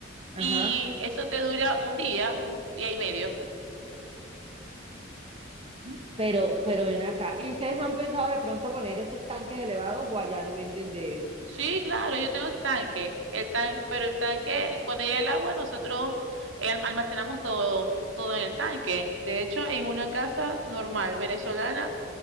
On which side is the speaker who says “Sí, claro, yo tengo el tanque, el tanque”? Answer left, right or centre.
Right